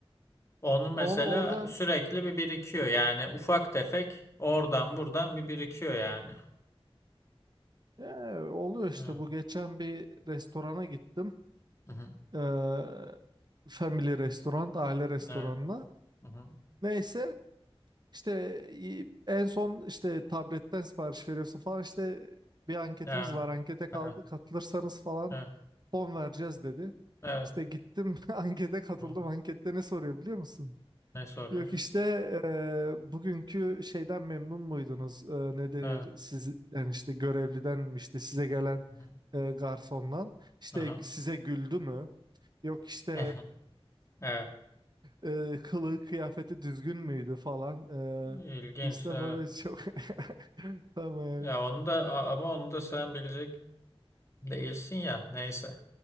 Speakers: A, on the left; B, on the right.
A: Onun mesela
B: Onu oradan
A: sürekli bir birikiyor yani ufak tefek oradan buradan bir birikiyor yani.
B: ya, oluyor işte
A: Evet.
B: bu geçen bir restorana gittim.
A: Hı hı.
B: Ee, family restoran, aile restoranına.
A: Evet. Hı hı.
B: Neyse işte i- en son işte tabletten sipariş veriyorsun falan işte bir anketimiz
A: Evet,
B: var ankete kal-
A: evet,
B: katılırsanız falan
A: evet,
B: fon vereceğiz dedi.
A: evet.
B: İşte gittim <laughs> ankete katıldım
A: Hı.
B: ankette ne soruyor biliyor musun?
A: Ne soruyor?
B: Yok işte e, bugünkü şeyden memnun muydunuz? E, ne denir?
A: Evet.
B: Siz yani işte görevliden mi işte size gelen
A: Hı hı.
B: e, garsondan işte
A: Aha.
B: size güldü mü? Yok işte
A: <laughs> Evet.
B: e, <laughs> kılığı kıyafeti düzgün müydü falan. E,
A: İlginç,
B: işte
A: evet.
B: böyle çok <laughs> tamam.
A: Ya onu da a- ama onu da sen bilecek değilsin ya. Neyse.